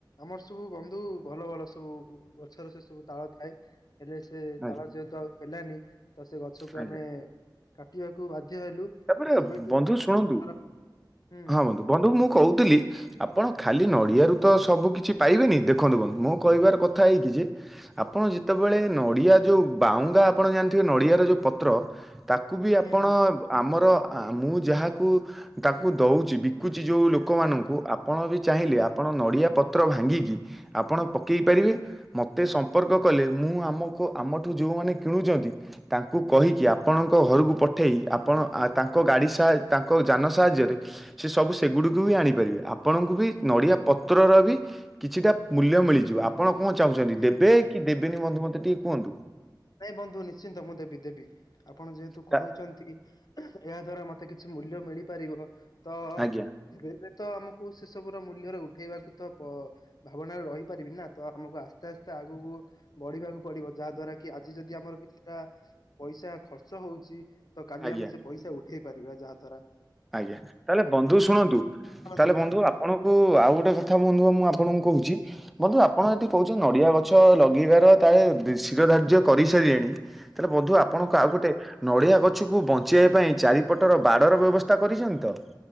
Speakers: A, on the left (about 55°); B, in the centre.
A: ଆମର ସବୁ ବନ୍ଧୁ ଭଲ ଭଲ ସବୁ ଗଛର ସେ ସବୁ ତାଳ ଥାଏ। ହେଲେ ସେ
B: ଆଜ୍ଞା।
A: ତାଳ ଯେହେତୁ ଆଉ ହେଲାନି ତ ସେ ଗଛକୁ
B: ଆଜ୍ଞା।
A: ଆମେ କାଟିବାକୁ ବାଧ୍ୟ ହେଲୁ
B: ତାପରେ
A: ତ ସେବେଠୁ
B: ବନ୍ଧୁ
A: ଆମର
B: ଶୁଣନ୍ତୁ।
A: ସେ ପ୍ରକାର- ହୁଁ
B: ହଁ ବନ୍ଧୁ ବନ୍ଧୁ ମୁଁ କହୁଥିଲି ଆପଣ ଖାଲି ନଡିଆରୁ ତ ସବୁ କିିଛି ପାଇବେନି ଦେଖନ୍ତୁ ବଂଧୁ ମୁଁ କହିବାର କଥା ହେଇକି ଯେ ଆପ ଆପଣ ଯେତେବେଳେ ନଡ଼ିଆ ଯେଉଁ ବାଉଙ୍ଗା ଆପଣ ଜାଣିଥିବେ ନଡ଼ିଆର ଯେଉଁ ପତ୍ର ତାକୁ ବି
A: ହୁଁ
B: ଆପଣ
A: ହୁଁ
B: ଆମର ମୁଁ ଯାହାକୁ ତାକୁ ଦଉଚି ବିକୁଚି ଯଉ ଲୋକମାନଙ୍କୁ ଆପଣ ବି ଚାହିଁଲେ ଆପ ଆପଣ ନଡ଼ିଆ ପତ୍ର ଭାଙ୍ଗିକି ଆପଣ ପକେଇ ପାରିବେ ମୋତେ ସମ୍ପର୍କ କଲେ ମୁଁ ଆମକୁ ଆମଠୁ ଯଉମାନେ କିଣୁଛନ୍ତି ତାଙ୍କୁ କହିକି ଆପଣଙ୍କ ଘରକୁ ପ ଉଠେଇ ଆପଣ ତାଙ୍କ ଗାଡି ସାହା ତାଙ୍କ ଯାନ ସାହାଯ୍ୟରେ ସେସବୁ ସେଗୁଡ଼ିକୁ ବି ଆଣିପାରିବେ ଆପଣଙ୍କୁ ବି ନଡ଼ିଆ ପତ୍ରର ବି କିଛିଟା ମୂଲ୍ୟ ମିଳିଯିବ ଆପଣ କଣ ଚାହୁଁଛନ୍ତି
A: ହୁଁ
B: ଦେବେ କି ଦେବେନି
A: ନିଶ୍ଚିନ୍ତ
B: ବଧୁ ମତେ ଟିକେ କୁହନ୍ତୁ?
A: ନାଇଁ ବନ୍ଧୁ ନିଶ୍ଚିନ୍ତ ମୁଁ ଦେବି ଦେବି ଆପଣ ଯେହେତୁ କହୁଛନ୍ତି
B: ତା
A: ଏହା ଦ୍ଵାରା ମତେ କି କିଛି ମୂଲ୍ୟ ମିଳିପାରିବ ତ
B: ଆଜ୍ଞା
A: ଏବେ ଏବେ ତ ଆମ ମୁଁ ସେସବୁର ମୂଲ୍ୟରେ ଉଠେଇବାକୁ ତ ଭାବନାରେ ରହିପାରିବି ନା ତ ଆମକୁ ଆସ୍ତେ ଆସ୍ତେ ଆଗକୁ କୁ ବଢିବାକୁ ପଡିବ ଯାହା ଦ୍ଵା କି ଆଜି ଯଦି ଆମର କିଛିଟା ପଇସା ଖର୍ଚ୍ଚ ହଉଚି ତ କାଲି
B: ଆଜ୍ଞା
A: ଆମେ ସେ ପଇସା ଉ ହେଇପାରିବା ଯାହା ଦ୍ୱାରା
B: ଆଜ୍ଞା ତାହେଲେ ବନ୍ଧୁ ଶୁଣନ୍ତୁ
A: ଉଦାହରଣ
B: ତାହଲେ
A: ଦଉଛି
B: ବନ୍ଧୁ ଆପଣଙ୍କୁ ଆଉ ଗୋଟେ କଥା ବନ୍ଧୁ ବା ମୁଁ ଆପଣଙ୍କୁ କହୁଛି। ବନ୍ଧୁ ଆପଣ ଯଦି
A: ହୁଁ
B: କହୁଛନ୍ତି ନଡିଆ ଗ ଛ ଲଗେଇବାର ତାଳେ ଶିର ଧାର୍ଯ୍ୟ କରିସାରିଲେଣି ତାହେଲେ ବନ୍ଧୁ
A: ହୁଁ
B: ଆପଣଙ୍କୁ ଆଉ ଗୋଟେ ନଡ଼ିଆ ଗଛକୁ ବଞ୍ଚେଇବା ପାଇଁ ଚାରିପଟର ବାଡ଼ର ବ୍ୟବସ୍ଥା କରିଛନ୍ତି ତ?